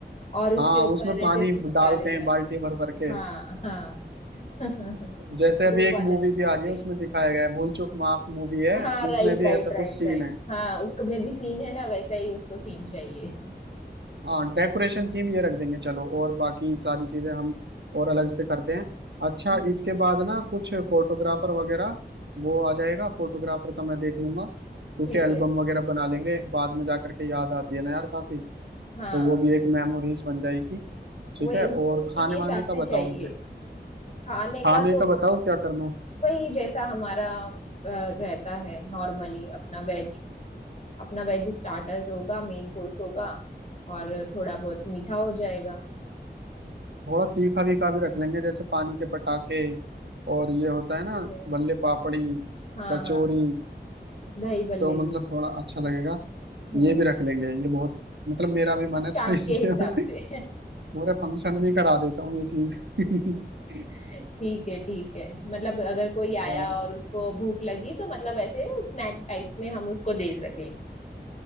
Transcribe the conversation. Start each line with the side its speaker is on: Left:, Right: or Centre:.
Left: और उसके
Right: हाँ
Left: ऊपर
Right: उसमें पानी
Left: ऐसे फूल
Right: डालते
Left: डाले जाते
Right: हैं बाल्टी
Left: हैं
Right: भर भर के
Left: हाँ हाँ <laughs>
Right: जैसे
Left: वो
Right: अभी एक
Left: वाला
Right: मूवी
Left: उसको
Right: भी आ रही है
Left: चाहिए
Right: उसमें दिखाया गया है भूल चूक माफ मूवी है
Left: हाँ राइट
Right: उसमें भी
Left: राइट
Right: ऐसा
Left: राइट
Right: कुछ सीन
Left: राइट
Right: है
Left: हाँ उसको में भी सीन है ना वैसा ही उसको सीन चाहिए
Right: हाँ डेकोरेशन थीम ये रख देंगे चलो और बाकी सारी चीजें हम और अलग से करते हैं अच्छा
Left: हम्म,
Right: इसके बाद ना कुछ फोटोग्राफर वगैरह वो आ जाएगा फोटोग्राफर का मैं देख लूंगा क्योंकि
Left: ठीक
Right: एल्बम
Left: है
Right: वगैरह बना लेंगे बाद में जा करके याद आती है ना यार काफी तो
Left: हाँ
Right: वो भी एक मेमोरीज बन जाएगी ठीक
Left: वही
Right: है और
Left: उसको उसी
Right: खाने
Left: के हिसाब
Right: वाने का
Left: से
Right: बताओ
Left: चाहिए
Right: मुझे
Left: खाने
Right: खाने
Left: का तो
Right: का बताओ क्या करना है
Left: वही जैसा हमारा अ, रहता है नॉर्मली अपना वेज अपना वेज स्टार्टर्स होगा मेन कोर्स होगा और थोड़ा बहुत मीठा हो जाएगा
Right: थोड़ा तीखा वीखा भी रख लेंगे जैसे पानी के पटाखे और ये होता
Left: ठीक
Right: है ना
Left: है
Right: बल्ले पापड़ी
Left: हाँ
Right: कचौरी
Left: हाँ हाँ दही बल्ले
Right: तो मतलब
Left: भी
Right: थोड़ा अच्छा लगेगा
Left: हम्म
Right: ये भी रख लेंगे ये बहुत मतलब मेरा भी मन
Left: आप
Right: है तो
Left: चाट
Right: <laughs> इसलिए
Left: के हिसाब
Right: मैं
Left: से
Right: पूरे फंक्शन भी करा देता हूँ ये चीज
Left: <laughs>
Right: <laughs>
Left: ठीक है ठीक है मतलब अगर कोई आया
Right: और
Left: और उसको भूख लगी तो मतलब ऐसे स्नैक टाइप में हम उसको दे सकेंगे